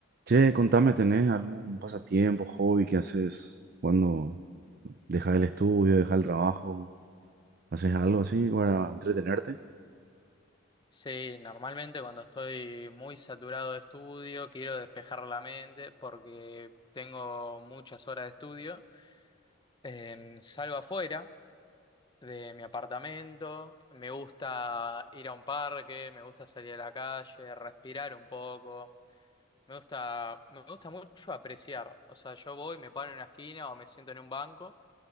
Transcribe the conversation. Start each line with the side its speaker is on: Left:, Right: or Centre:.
Right: Che, contame, ¿tenés algún pasatiempo, hobby que haces cuando dejas el estudio, dejas el trabajo? ¿Haces algo así para entretenerte?
Left: Sí, normalmente cuando estoy muy saturado de estudio, quiero despejar la mente porque tengo muchas horas de estudio. Em, salgo afuera de mi apartamento, me gusta ir a un parque, me gusta salir a la calle, respirar un poco. Me gusta, me gusta mucho apreciar. O sea, yo voy, me paro en una esquina o me siento en un banco